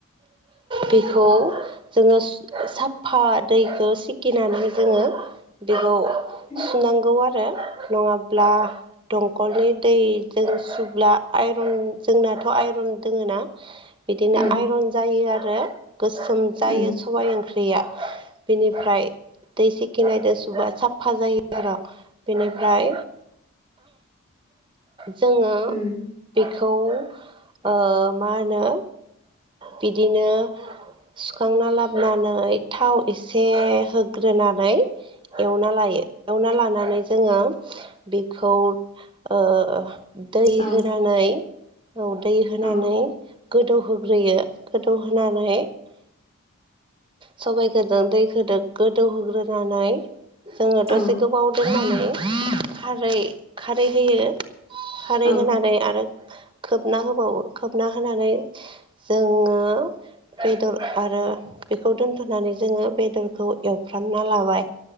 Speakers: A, on the right; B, on the left.
A: बेखौ जोङो सु साब फा दैखौ सिखिनानै जोङो बेखौ
B: उम
A: सुनांगौ आरो। नङाब्ला दं। दंखलनि दैजों सुब्ला आइरन जोंनाथ' आइरन दोङो ना बिदिनो
B: उम
A: आइरन जायो आरो गोसोम जायो
B: उम
A: सबाइ ओंख्रिया। बेनिफ्राय दैसेखि नायजों सुबा साफा जायो आरो बेनिफ्राय जोङो
B: उम
A: बेखौ ओ मा होनो बिदिनो सुखांना लाबनानै। थाव एसे होग्रोनानै एवना लायो एवना लानानै जोङो बेखौ ओ दै
B: औ
A: होनानै औ दै होनानै
B: औ
A: गोद गोदौ होग्रोयो गोदौ होनानै सबायाइखोदों दैखोदों गोदौहोग्रोनानै जोङो
B: औ
A: दसे गोबाव दोननानै खारै खारै होयो खारै
B: औ
A: होनानै आरो खोबना होबावो खोबना होनानै जोङो बेदर आरो बेखौ दोन होनानै जोङो बेदरखौ एवफ्रामना लाबाय